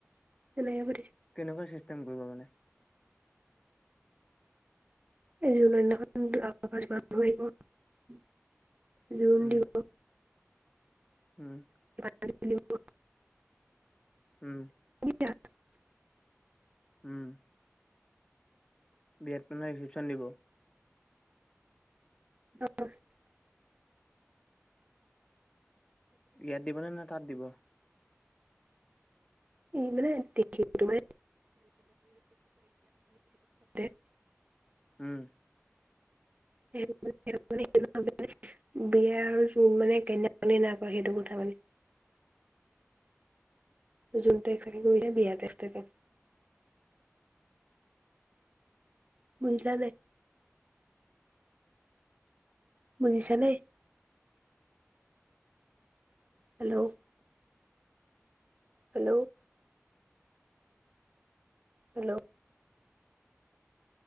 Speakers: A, on the right (about 30°); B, on the left (about 20°).
A: <unintelligible>
B: কেনেকুৱা চিষ্টেম কৰিব মানে?
A: সেই জোৰোণ দিনাখন আমাৰ ঘৰত মানুহ আহিব। জোৰোণ
B: উম,
A: দিব।
B: উম।
A: <unintelligible>
B: উম।
A: কি <unintelligible>
B: উম। বিয়াত মানে ৰিচেপশ্যন দিব।
A: <unintelligible>
B: ইয়াত দিবনে নে না তাত দিব?
A: এই মানে <unintelligible> দেৰিকে দিব। <unintelligible>
B: উম।
A: <unintelligible> বিয়া আৰু জোৰোণ মানে একেদিনাই, মানে সেইটো কথা মানে। জোৰোনতো এক্সট্ৰাকে কৰে, বিয়াটো এক্সট্ৰাকে। বুজা নাই। বুজিছা নে? Hello. Hello. Hello.